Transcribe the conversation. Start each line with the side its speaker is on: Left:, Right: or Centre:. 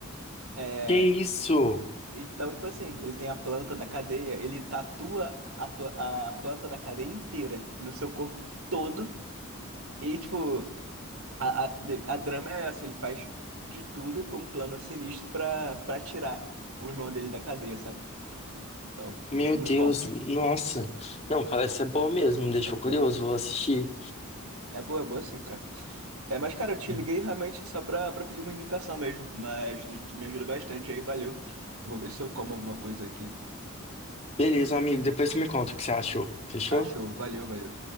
Right: É,
Left: Que isso?
Right: então, tipo assim, ele tem a planta da cadeia, ele tatua a, pla- a planta da cadeia inteira no seu corpo todo E, tipo, a, a, a drama é essa, ele faz de tudo pra um plano sinistro pra, pra tirar o irmão dele da cadeia, sabe? Então,
Left: Meu
Right: é muito
Left: Deus,
Right: bom.
Left: nossa. Não, parece ser boa mesmo. Me deixou
Right: É boa.
Left: curioso, vou assistir.
Right: É boa, é boa sim, cara. É, mas, cara, eu te
Left: Hum.
Right: liguei realmente só pra, pra pedir uma indicação mesmo. Mas tu, tu me ajuda bastante aí, valeu. Eu vou ver se eu como alguma coisa aqui.
Left: Beleza, amigo. Depois você me conta o que você achou. Fechou?
Right: Tá show, valeu, valeu.